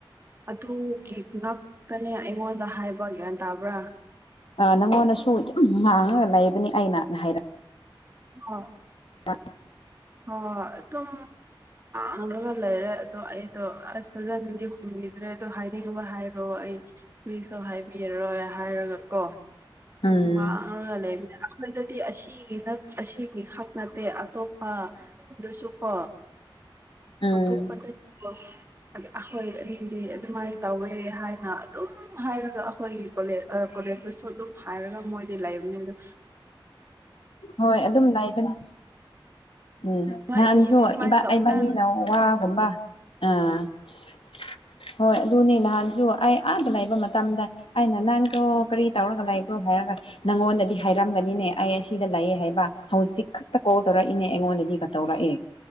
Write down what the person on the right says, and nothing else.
ꯑꯗꯨꯒꯤ ꯉꯥꯛꯇꯅꯦ ꯑꯩꯉꯣꯟꯗ ꯍꯥꯏ ꯀ꯭ꯌꯥꯟ ꯇꯥꯕ꯭ꯔꯥ
ꯍ
ꯍꯣꯏ ꯑꯗꯨꯝ ꯉꯥꯡꯉꯒ ꯂꯩꯔꯦ ꯑꯗꯣ ꯑꯩꯗꯣ ꯑꯁ ꯐꯖꯅꯗꯤ ꯈꯨꯝꯕꯤꯗ꯭ꯔꯦ ꯑꯗꯨ ꯍꯥꯏꯅꯤꯡꯕ ꯍꯥꯏꯔꯣ ꯑꯩ ꯄ꯭ꯂꯤꯁꯇ ꯍꯥꯏꯕꯤꯔꯔꯣꯏ ꯍꯥꯏꯔꯒ ꯀꯣ
ꯎ ꯋꯥꯉ ꯂꯩꯕꯤ ꯑꯩꯈꯣꯏꯗꯗꯤ ꯑꯁꯤꯒꯤ ꯑꯁꯤꯒꯤ ꯈꯛ ꯅꯠꯇꯦ ꯑꯇꯣꯞꯄ ꯑꯗꯨꯁꯨꯀꯣ
ꯑꯇꯣꯞꯄꯗꯁꯨ ꯑ ꯑꯩꯈꯣꯏ ꯑꯅꯤꯗꯤ ꯑꯗꯨꯃꯥꯏꯅ ꯇꯧꯋꯦ ꯍꯥꯏꯅ ꯑꯗꯨꯝ ꯍꯥꯏꯔꯒ ꯑꯩꯈꯣꯏꯒꯤ ꯀꯣꯂꯦ ꯀꯣꯂꯦꯖꯇꯁꯨꯣꯠ ꯑꯗꯨꯝ ꯍꯥꯏꯔꯒ ꯃꯣꯏꯗꯤ ꯂꯩꯕꯅꯤ ꯑ
ꯅꯣꯏ
ꯑꯅꯤꯗꯤ ꯑꯗꯨꯃꯥꯏꯅ
ꯇꯧꯅ